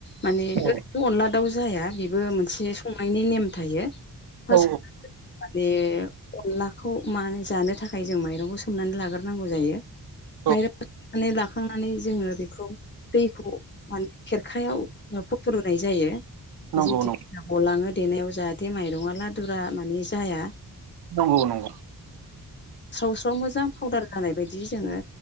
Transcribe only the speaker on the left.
माने
ओरैथ अनला दाउ जाया बेबो मोनसे संनायनि नेम थायो <unintelligible>
माने अनलाखौ मा जानो थाखाय जों माइरंखौ सोमनानै लाग्रोनांगौ जायो
माइरंखौ सोखांनानै लाखांनानै जोङो बेखौ दैखौ माने खेरखायाव फसरनाय जायो
जेथि
गलांङो देनायाव जाहाथे माइरङा लादुरा माने जाया
स्राव स्राव मोजां फावदार जानाय बायदि जोङो